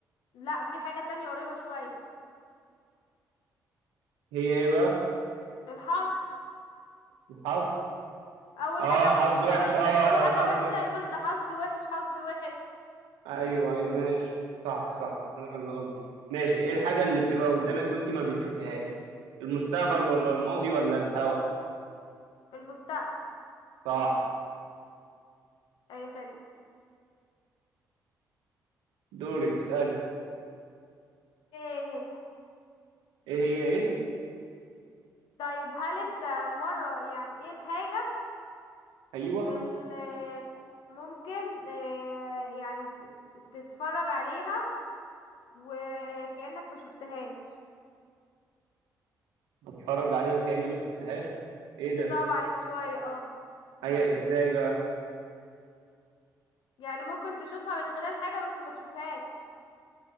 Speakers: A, on the left; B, on the right.
A: لا في حاجة تانية قريبة شوية
B: هي ايه بقى
A: الحظ
B: الحظ
A: اول
B: اه
A: حاجة ما
B: حظ
A: بيفكر
B: وحش
A: لما
B: اه
A: بيحصل له حاجة
B: حظ
A: وحشة
B: وحش
A: يقول ده حظي وحش حظي وحش
B: ايوه ايوه ماشي صح
A: مم.
B: صح انا اللي غلط ماشي ايه الحاجة اللي بتبقى قدامك وانت ما بتشوفهاش المستقبل ولا الماضي ولا الهوا
A: المستقبل
B: صح
A: اي خدمة
B: دورك اسألي
A: ايه
B: ايه هي ايه
A: طيب هل انت مرة يعني ايه الحاجة
B: ايوه
A: اللي ممكن آه، يعني ت- تتفرج عليها وكأنك ما شفتهاش
B: بتفرج عليها وكأني ما شفتهاش ايه ده
A: دي صعبة عليك شوية اه
B: هي ازاي بقى
A: يعني ممكن تشوفها من خلال حاجة بس ما تشوفهاش